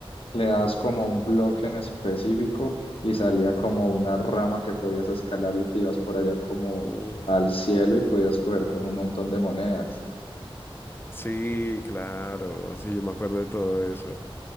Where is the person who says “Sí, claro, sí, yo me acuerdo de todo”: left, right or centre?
Left